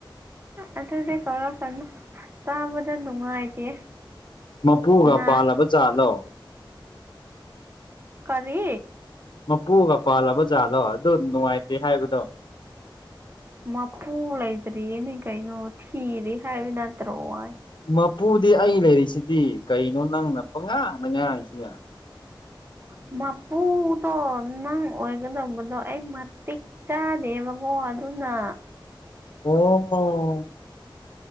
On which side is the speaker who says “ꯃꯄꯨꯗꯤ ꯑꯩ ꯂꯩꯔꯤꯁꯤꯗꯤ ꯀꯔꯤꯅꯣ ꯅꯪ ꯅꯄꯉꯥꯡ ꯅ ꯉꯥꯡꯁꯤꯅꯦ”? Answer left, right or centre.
Left